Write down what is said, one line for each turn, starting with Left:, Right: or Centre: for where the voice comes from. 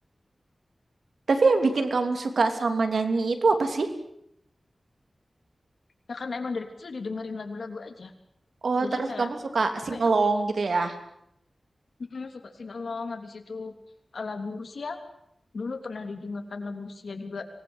Right: Tapi yang bikin kamu suka sama nyanyi itu apa sih?
Left: Nah, karena emang dari kecil didengerin lagu-lagu aja.
Right: Oh,
Left: Jadi
Right: terus
Left: kayak
Right: kamu suka
Left: apa
Right: sing
Left: ya?
Right: along gitu ya?
Left: mm, suka singalong habis itu eh, lagu Rusia. Dulu pernah didengarkan lagu Rusia juga